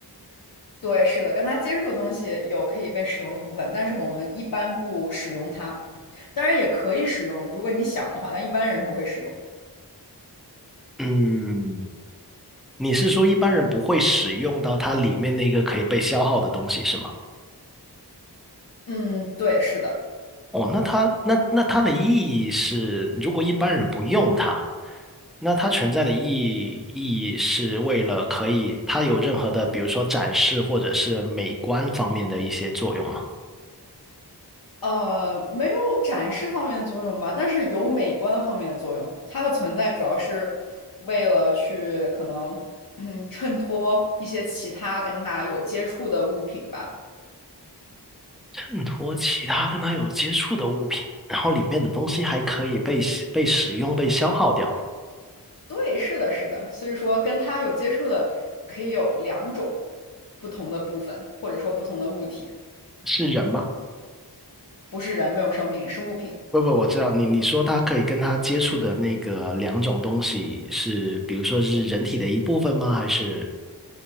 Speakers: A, on the left; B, in the centre.
A: 对，是的，跟它接触的东西有可以被使用的部分，但是我们一般不使用它。当然也可以使用，如果你想的话，但一般人不会使用。
B: 嗯，你是说一般人不会使用到它里面那个可以被消耗的东西是吗？
A: 嗯，对，是的，
B: 哦，那它那那它的意义是，如果一般人不用它，那它存在的意义意义是为了可以它有任何的，比如说展示或者是美观方面的一些作用吗？
A: 呃，没有展示方面的作用吧，但是有美观方面的作用。它的存在主要是为了去可能 <clears throat>，嗯，衬托一些其他跟它有接触的物品吧。
B: 嗯，托其他跟它有接触的物品，然后里面的东西还可以被使被使用、被消耗掉，
A: 对，是的，是的，所以说跟他有接触的可以有两种不同的部分，或者说不同的物体，
B: 是人吗？
A: 不是人，没有生命，是物品，
B: 不不，我知道你你说他可以跟他接触的那个两种东西是，比如说是人体的一部分吗？还是